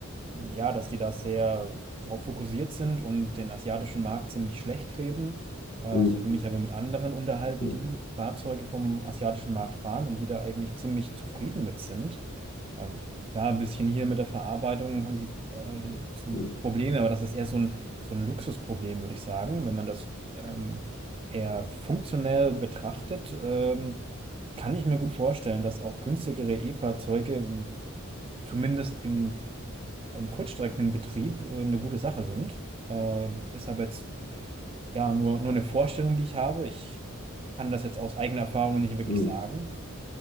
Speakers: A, on the right (about 25°); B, on the left (about 40°).
A: ja, dass die da sehr darauf fokussiert sind und den asiatischen Markt ziemlich schlecht reden. Äh,
B: Mm,
A: ich hatte mich aber mit anderen unterhalten,
B: mm,
A: die Fahrzeuge vom asiatischen Markt fahren und die da eigentlich ziemlich zufrieden mit sind. Ähm, klar, ein bisschen hier mit der Verarbeitung haben sie äh, so
B: mm,
A: Probleme, aber das ist eher so ein, so ein Luxusproblem, würde ich sagen. Wenn man das ähm, eher funktionell betrachtet, ähm, kann ich mir gut vorstellen, dass auch günstigere E-Fahrzeuge m, zumindest im im Kurzstreckenbetrieb äh, eine gute Sache sind. Äh, ist aber jetzt ja nur, nur eine Vorstellung, die ich habe. Ich kann das jetzt aus eigener Erfahrung nicht wirklich
B: mm.
A: sagen.